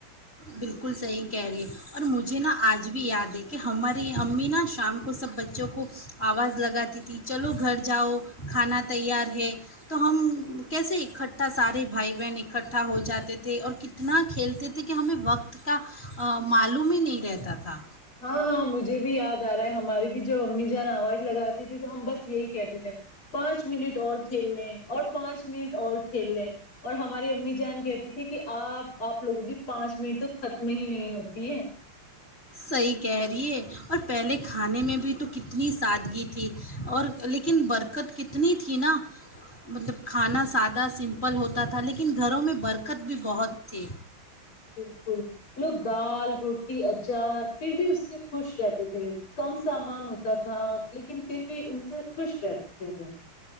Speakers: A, on the left; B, on the left.
A: بالکل صحیح کہہ رہی ہے اور مجھے نا آج بھی یاد ہے کہ ہماری امی نا شام کو سب بچوں کو آواز لگاتی تھی چلو گھر جاؤ کھانا تیار ہے تو ہم کیسے اکٹھا سارے بھائی بہن اکٹھا ہو جاتے تھے اور کتنا کھیلتے تھے کہ ہمیں وقت کا معلوم ہی نہیں رہتا تھا
B: ہاں ہاں مجھے بھی یاد آ رہا ہے ہماری بھی جو امی جان آواز لگاتی تھی تو ہم بس یہی کہتے تھے پانچ منٹ اور ک کھیل لیں اور پانچ منٹ اور کھیل لیں اور ہماری امی جان کہتی تھی کہ آپ آپ لوگوں کی پانچ منٹ تو ختم ہی نہیں ہوتی ہے
A: صحیح کہہ رہی ہے اور پہلے کھانے میں بھی تو کتنی سادگی تھی اور لیکن برکت کتنی تھی نا مطلب کھانا سادہ سمپل ہوتا تھا لیکن گھروں میں برکت بھی بہت تھی
B: بالکل لوگ دال روٹی اچار پھر بھی اس سے خوش رہتے تھے کم سامان ہوتا تھا لیکن پھر بھی ان سے خوش رہتے تھے لوگ